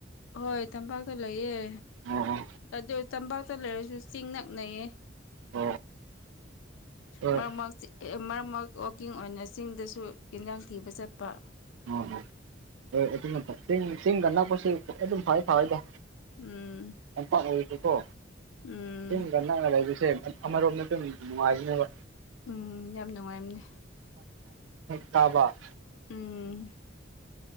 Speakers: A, on the left; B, on the right.
A: ꯍꯣꯏ ꯇꯝꯄꯥꯛꯇ ꯂꯩꯌꯦ
B: ꯑꯣ ꯑꯣ
A: ꯑꯗꯨ ꯇꯝꯄꯥꯛꯇ ꯂꯩꯔꯁꯨ ꯆꯤꯡ ꯅꯛꯅꯩꯌꯦ
B: ꯑꯣ ꯍꯣꯏ
A: ꯃꯔ ꯃꯁꯤ ꯃꯥꯔ ꯃꯥ ꯋꯥꯛꯀꯤꯡ ꯑꯣꯏꯅ ꯆꯤꯡꯗꯁꯨ ꯏꯟꯖꯥꯡ ꯊꯤꯕ ꯆꯠꯄ
B: ꯑꯣ ꯑꯣ ꯍꯣꯏ ꯑꯗꯨ ꯆ ꯆꯤꯡꯒ ꯅꯛꯄꯁꯤ ꯑꯗꯨꯝ ꯐ ꯐꯋꯏꯗ
A: ꯎꯝ
B: ꯂꯝꯝꯄꯥꯛ ꯑꯣꯏꯔꯤꯁꯤꯀꯣ
A: ꯎꯝ
B: ꯆꯤꯡꯒ ꯅꯛꯅ ꯂꯩꯔꯤꯁꯦ ꯑꯃꯔꯣꯝꯗ ꯅꯨꯡꯉꯥꯏꯔꯤꯅꯦꯕ
A: ꯎꯝ ꯌꯥꯝ ꯅꯨꯡꯉꯥꯏꯕꯅꯦ
B: ꯀꯥ ꯇꯥꯕ
A: ꯎꯝ